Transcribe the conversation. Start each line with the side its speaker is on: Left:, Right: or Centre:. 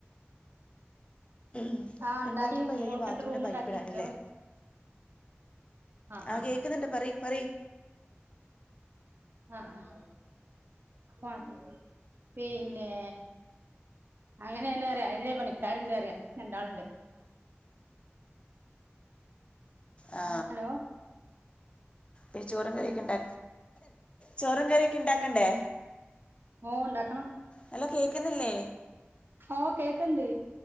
Left: ഉം
Right: ആ ഉണ്ടാക്കി
Left: ഇണ്ടാക്ക്യപ്പയിലേക്ക്
Right: മോൾക്ക്
Left: ബാത്റൂമിന്റെ
Right: രണ്ട് റൂം
Left: പൈപ്പിടാനില്ലേ
Right: ഉണ്ടാക്കി ഹലോ ആ
Left: ആഹ്
Right: ആ
Left: കേക്കുന്ന്ണ്ട് പറയ് പറയ്
Right: ആഹ് ആഹ് പിന്നെ അങ്ങനെ തന്നെറയാ അയില് പണിക്കാരുണ്ട്റയാ രണ്ടാള്ണ്ട്
Left: ആ
Right: ഹലോ
Left: ഇ ചോറും കറിയൊക്കെണ്ടാ ചോറും കറിയൊക്കെ ഇണ്ടാക്കണ്ടേ
Right: ഓ ണ്ടാക്കണം
Left: ഹലോ കേക്കുന്നില്ലേ
Right: ഓ കേക്ക്ണ്ട്